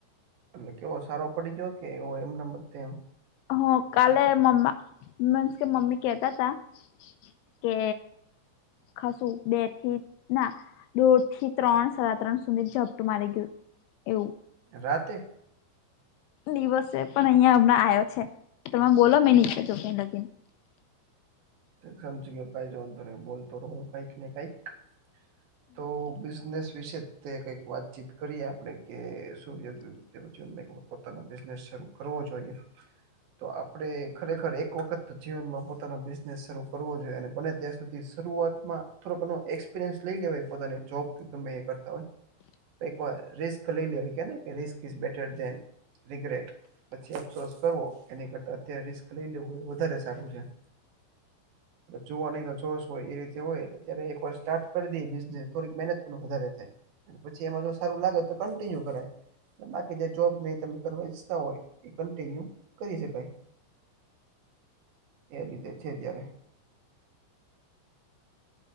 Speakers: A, on the right; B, on the left.
A: એટલે કેવો સારો પડી ગ્યો, કે એવો એમ નેમ તેમ?
B: હ કાલે મમ્મા, મીન્સ કે મમ્મી કેતા તા કે ખાસું બે થી, ના દોઢ થી ત્રણ, સાડા ત્રણ સુધી ઝપટું મારી ગયું, એવું.
A: રાતે?
B: દીવસે પણ અહિયાં હમણાં આયો છે, તમે બોલો મેં નીચે જોગીન લગીન.
A: તે સમજી ગ્યો કાઈ જ વાંધો નહી, બોલતો રહું કાઈક ને કાઈક. તો બિઝનેસ વિશે તે કંઈક વાતચીત કરીએ આપણે કે શું <unintelligible> પછી મે એવું પોતાનો બિઝનેસ શરૂ કરવો જોઈએ. તો આપણે ખરેખર એક વખત તો જીવનમાં પોતાનો બિઝનેસ શરૂ કરવો જોઈએ અને બને ત્યાં સુધી થી શરૂઆતમાં થોડો ઘણો એક્સપિરયન્સ લઈ લેવાય જોબ કે ગમેએ કર તા હોય, તો એક વાર રિસ્ક લઈ લેવાય. કેને કે risk is better than regret. પછી અફસોસ કરવો એની કરતા અત્યારે રિસ્ક લઈ લેવું એ વધારે સારું રે. જોવાની નો જોશ હોય એ રીતે હોય, અત્યારે એક વાર સ્ટાર્ટ કરી દઈ બિઝનેસ, થોડીક મહેનત પણ વધારે થાય. પછી એમાં જો સારું લાગે તો કન્ટિન્યુ કરાય. બાકી જે જોબ ને ઈ તમે કરવા ઈચ્છતા હોય, ઈ કન્ટિન્યુ કરી શકાય. એ રીતેે છે જ્યારે